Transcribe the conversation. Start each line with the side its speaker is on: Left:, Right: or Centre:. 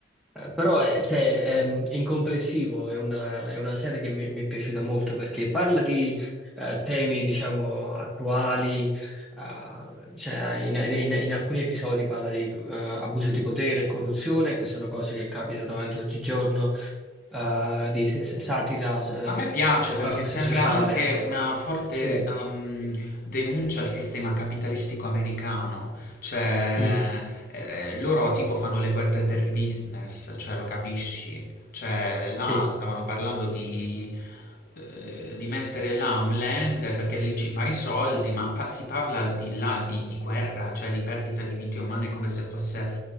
Centre: Eh, Però eh, cioè, ehm, in complessivo è una, è una serie che mi, mi è piaciuta molto perché parla di eh, temi, diciamo, attuali, eh, cioè, in, in- in alcuni episodi parla di eh, abuso di potere e corruzione, che sono cose che capitano anche oggigiorno, eh, di s- s- satira eh,
Left: A me piace perché
Centre: eh,
Left: sembra
Centre: sociale.
Left: anche una forte
Centre: Sì,
Left: ehm, denuncia al sistema capitalistico americano, cioè
Centre: Mm,
Left: eh, loro tipo fanno le guerre per business, cioè lo capisci, Cioè, là
Centre: sì,
Left: stavano parlando di, eh, di mettere là un lander perché lì ci fai i soldi, ma pa- si parla di là di, di guerra, cioè di perdita di vite umane come se fosse,